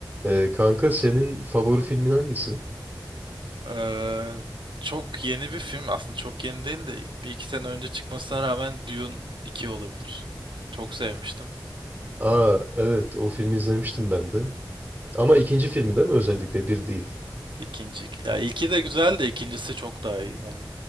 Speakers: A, on the right; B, on the right.
A: Ee, kanka senin favori filmin hangisi?
B: Ee, çok yeni bir film. Aslında çok yeni değil de bir iki sene önce çıkmasına rağmen Dune iki olabilir. Çok sevmiştim.
A: Aa evet o filmi izlemiştim ben de. Ama ikinci filmi değil mi özellikle bir değil.
B: İkinci. Ya ilki de güzel de ikincisi çok daha iyi bence.